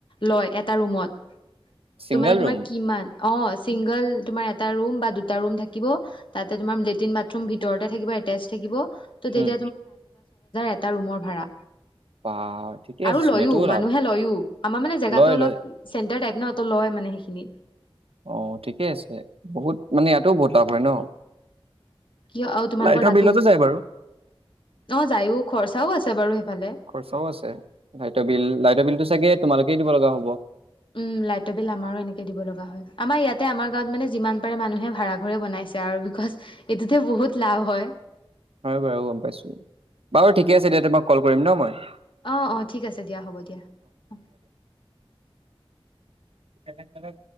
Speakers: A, on the left; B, on the right.
A: লয় এটা ৰুমত
B: ছিংগল
A: ত মানে তোমাৰ
B: ৰুম
A: কিমান। অ চিংগল তোমাৰ এটা ৰুম বা দুটা ৰুম থাকিব। তাতে তোমাৰ লেট্ৰিন বাথৰুম ভিতৰতে থাকিব এটেচ থাকিব <inaudible>
B: উম
A: এটা ৰুমৰ ভাড়া
B: বা ঠিকে
A: আৰু
B: আছে চোন
A: লয়ো
B: এইটোও
A: মানুহে
B: লাভ
A: লয়ো আমাৰ মানে জেগো
B: লয়
A: অলপ
B: লয়
A: চেন্টাৰ ন তো লয় মানে সেইখিনিত
B: অ ঠিকেই আছে। বহুত মানে ইয়াতোও বহুত লাভ হয় ন
A: কিয় আৰু তোমালোকৰ
B: লাইটৰ
A: তাতো
B: বিলতো চাই বাৰু
A: অ যায়ো খৰচাও আছে বাৰু সেইফালে
B: খৰচাও আছে লাইটৰ বিল লাইটৰ বিলটো চাগে তোমালোকে দিব লগা হ'ব
A: উম লাইটৰ বিল আমাৰো এনেকে দিব লগা হয় আমাৰ ইয়াতে আমাৰ গাঁৱত মানে যিমান মানুহে ভড়া ঘৰে বনাইছে আৰু বিকজ এইটোতে বহুত লাভ হয়
B: হয় বাৰু গম পাইছো বাৰু ঠিকে আছে তেতিয়া মই কল কৰিম ন মই
A: অ অ ঠিক আছে দিয়া হ'ব দিয়া অ।
B: এলগ তলগ